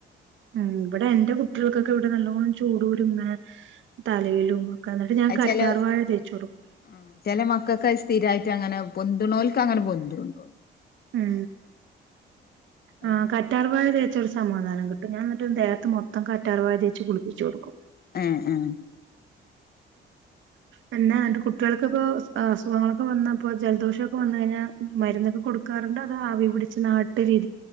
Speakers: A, on the right; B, on the left.
A: ഉം ഇവിടെ എന്റെ കുട്ടികൾക്കൊക്കെ ഇവിടെ നല്ലോണം ചൂടു കുരുങ്ങനെ തലയിലും
B: ആഹ്
A: ഒക്കെ എന്നിട്ട് ഞാൻ
B: അത്
A: കറ്റാർ
B: ചെല
A: വാഴ തേച്ച് കൊടുക്കും
B: ആഹ് ചെല മക്കൾക്ക് അത് സ്ഥിരായിട്ട് അങ്ങനെ പൊന്തുണോൽക്ക് അങ്ങനെ പൊന്തുള്ളു
A: ഉം
B: അയിന്റെ
A: ആ കറ്റാർവാഴ തേച്ച് ചൊരു സമാധാനം കിട്ടും ഞാ എന്നിട്ട്
B: ആഹ്
A: ദേഹത്ത് മൊത്തം കറ്റ് കറുവാ തേച്ച് കുളിപ്പിച്ച് കൊടുക്കും
B: ആ ആ
A: പിന്നെ ന്റെ കുട്ടികൾക്കൊക്കെ അസുഖങ്ങളൊക്കെ വന്നപ്പോ ജലദോഷമൊക്കെ വന്ന് കഴിഞ്ഞാൽ മരുന്നൊക്കെ കൊടുക്കാറുണ്ടോ അതോആവി പിടിച്ച് നാട്ടിലിരി